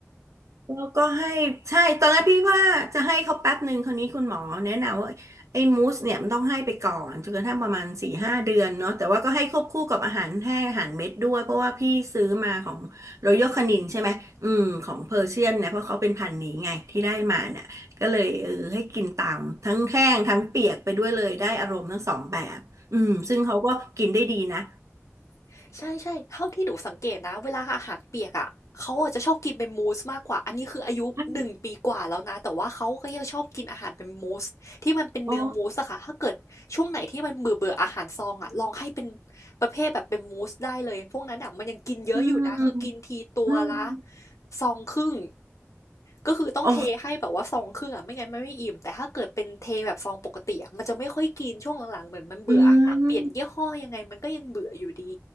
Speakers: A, on the right (about 75°); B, on the left (about 85°).
A: แล้วก็ให้ใช่ตอนแรกพี่ว่าจะให้เขาแป๊บหนึ่งคราวนี้คุณหมอแนะนำว่าไอ้มูสเนี่ยมันต้องให้ไปก่อนจนกระทั่งประมาณสี่ห้าเดือนเนาะแต่ว่าก็ให้ควบคู่กับอาหารให้อาหารเม็ดด้วยเพราะว่าพี่ซื้อมาของรอยัลคานินใช่ไหมอืมของเพอร์เซียนเนี่ยเพราะเขาเป็นพันธุ์นี้ไงที่ได้มาเนี่ยก็เลยเออให้กินตามทั้งแห้งทั้งเปียกไปด้วยเลยได้อารมณ์ทั้งสองแบบอืมซึ่งเขาก็กินได้ดีนะ
B: <laughs> ใช่ใช่เท่าที่หนูสังเกตนะเวลาอาหารเปียกอ่ะเขาอาจจะชอบกินเป็นมูสมากกว่าอันนี้คืออายุหนึ่งปีกว่าแล้วนะแต่ว่าเขาก็ยังชอบกินอาหารเป็นมูสที่มันเป็นเนื้อมูสอะค่ะถ้าเกิดช่วงไหนที่มันเบื่อเบื่ออาหารซองอะลองให้เป็น
A: ใช่อ๋อ
B: ประเภทแบบเป็นมูสได้เลยพวกนั้นอะมันยังกินเยอะอยู่นะคือกินทีตัวละ
A: อืมอืม
B: ซองครึ่ง ก็คือต้องเทให้แบบว่าซองครึ่งอ่ะไม่งั้นมันไม่อิ่มแต่ถ้าเกิดเป็นเทแบบซองปกติอะมันจะไม่ค่อยกินช่วงหลังๆเหมือนมันเบื่ออาหารเปลี่ยนยี่ห้อยังไงมันก็ยังเบื่ออยู่ดี
A: อ๋ออืม